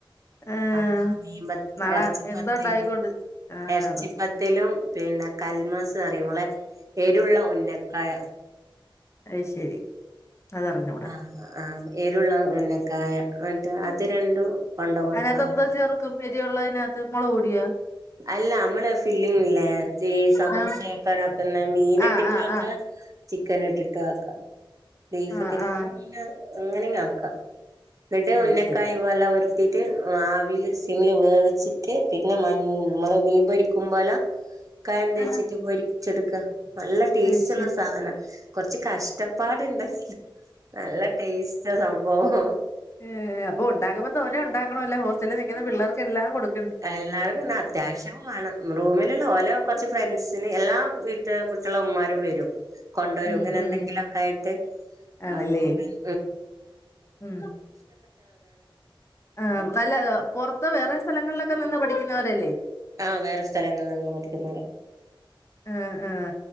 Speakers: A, on the left; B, on the right.
A: ആഹ്
B: അ മീൻ പത്ത
A: നാളെ
B: എറച്ചിപ്പത്തില്
A: എന്താണ്ടായിക്കൊണ്ട് ആ
B: എ ർച്ചിപ്പത്തിലും
A: ഇറച്ചിക്കറി
B: പിന്നെ കൽമാസും മ്മളെ ഏരുള്ള ഉന്നക്കായ.
A: അത് ശരി അതറിഞ്ഞൂടാ
B: ആ ആ ഏരുള്ള ഉന്നക്കായ ന്നട്ട് അത് രണ്ടും കൊണ്ട് കൊടുക്കണം
A: അതിനകത്ത് എന്തോ ചേർക്കും എരിവുളിനകത്ത് മുളക് പൊടിയാ?
B: അല്ല നമ്മള് ഫില്ലിങ് ഇല്ലേ ഈ സമൂസയൊക്കെ
A: ആ
B: ആക്കുന്ന മീൻ ഇട്ടിട്ടും
A: ആ ആ
B: ആക്കാ.
A: ആ
B: ചിക്കൻ ഇട്ടിട്ട് ആക്കാം ബീവിട്ടിട്ട്
A: ആ ആ
B: വേണേ അങ്ങനിം ആക്കാം. ന്ന്ട്ട്
A: അത്
B: ഉന്നക്കായി
A: ശരി
B: പോലെ ഉരുട്ടീട്ട് ആവില് സിമ്മില് വേവിച്ചിട്ട് പിന്നെ മൻ മ്മള് മീൻ പൊരിക്കും പോലാ കായം തെച്ചിട്ട്
A: ആ
B: പൊരിച്ചെടുക്ക. നല്ല ടേസ്റ്റ്
A: അത് ശരി
B: ഉള്ള സാധന കൊറച്ച് കഷ്ടപ്പാടുണ്ട്. നല്ല ടേസ്റ്റ സംഭവം.
A: ഏ അപ്പൊ ഉണ്ടാക്കുമ്പോ തോനെ ഉണ്ടാക്കണ്ല്ലോ ഹോസ്റ്റലിൽ നിൽക്കുന്ന പിള്ളേർക്കെല്ലാം കൊട്ക്ക
B: എല്ലാരുല്യ അത്യാവശ്യം വാണം മ് റൂമില് ഓലോ കൊറച്ച് ഫ്രണ്ട്സിന് എല്ലാ വീട്ടിലെ കുട്ട്യാള ഉമ്മരും വരും. കൊണ്ടോരും
A: ഉം
B: ഇങ്ങനെ
A: ഉം
B: എന്തെങ്കിലും ഒ ക്കെ ആയിട്ട്
A: ആണല്ലേ
B: അപ്പൊ പിന്നെ
A: ഉം ആ നല്ല പൊറത്ത് വേറെ സ്ഥലങ്ങളിലൊക്ക ഒക്കെ നിന്ന് പഠിക്കുന്നവരല്ലേ?
B: ആ വേറെ സ്ഥലങ്ങളിൽ നിന്നും പഠിക്കുന്നവര.
A: ആ ആ